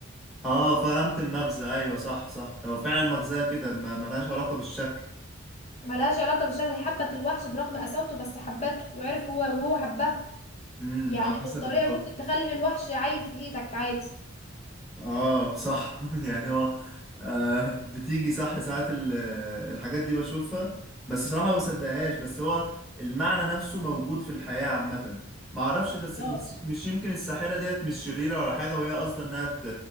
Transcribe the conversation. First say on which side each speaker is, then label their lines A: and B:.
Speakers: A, in the centre; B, on the left.
A: اه فهمت المغزى ايوه صح صح هو فعلا مغزاها كده ما ملهاش علاقة بالشكل
B: ملهاش علاقة بالشكل هي حبت الوحش برغم قساوته بس حبته وعرف هو وهو حبها
A: امم
B: يعني
A: على حسب
B: بالطريقة
A: الجو
B: ممكن تخلي الوحش عايل في ايدك عادي
A: اه صح <laughs> يعني هو آه بتيجي صح ساعات ال- الحاجات دي بشوفها بس صراحة ما بصدقهاش بس هو المعنى نفسه موجود في الحياة عامة ما اعرفش بس
B: اه
A: مش مش يمكن الساحرة ديت مش شريرة ولا حاجة وهي قصدها انها ت-